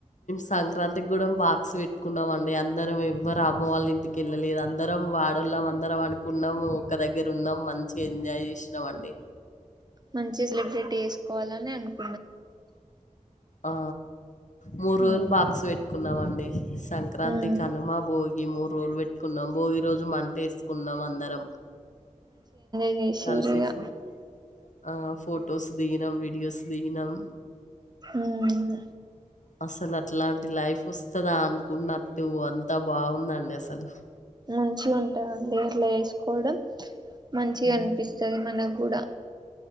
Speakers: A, on the left (about 65°); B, on the right (about 30°).
A: సంక్రాంతి కూడా బాక్స్ పెట్టుకున్నామండి అందరం ఎవ్వరు అమ్మ వాళ్ళ ఇంటికి వెళ్ళలేదు అందరం ఆడోళ్ళం అందరం అన కున్నాం ఒక్క దగ్గర ఉన్నాం మంచి ఎంజాయ్ చేసినామండి
B: మంచి సెలబ్రిటీ చేసుకోవాలని అనుకు
A: ఆ మూడు రోజులు
B: ఉమ్
A: బాక్స్ పెట్టుకున్నావండి సంక్రాంతి
B: ఉమ్
A: కనుమ భోగి మూడు రోజులు పెట్టి కున్నాం భోగి రోజు మంట వేసుకున్నాం అందరం
B: చే సేరిగా
A: కలిసి ఫో ఆ ఫొటోస్ దిగినం వీడియోస్ దిగినాం
B: హ్మ్
A: అసలు అట్లాంటి లైఫ్ వస్తుదా అన్నట్టు అంతా బాగుందండి అసలు
B: మంచి ఉంటదండి అట్లా వేసుకోవడం మంచి
A: హ్మ్.
B: అనిపిస్తది మనకు కూడా